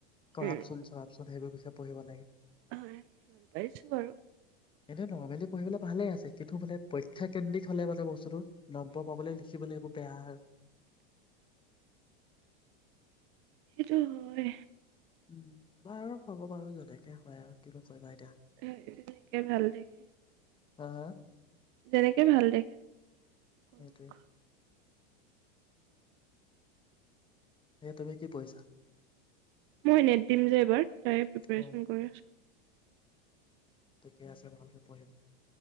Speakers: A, on the left; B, on the right.
A: কৰাপচন
B: উম
A: চৰাপচন সেইবোৰ পিছে পঢ়িব লাগে
B: হয়‌ গম পাইছো বাৰু
A: এনেই নৰ্মেলি পঢ়িবলৈ ভালে আছে কিন্তু মানে পৰীক্ষা কেন্দ্ৰিক হ'লে মানে বস্তুটো নম্বৰ পাবলৈ লিখিবলৈ এইবোৰ বেয়া আৰু
B: সেইটো হয়
A: উম মই আৰু হ'ব পাৰো যেনেকে হয় আৰু কিনো কৰিবা এতিয়া
B: তাইয়ো যেনেকে ভাল দেখে
A: আহ
B: যেনেকে ভাল দেখে কৰক
A: সেইটোৱে এ তুমি কি পঢ়িছা।
B: মই নেট দিম যে এইবাৰ তাৰে প্ৰিপাৰেচন
A: অ
B: কৰি আছো
A: ঠিকে আছে ভালকে পঢ়িবা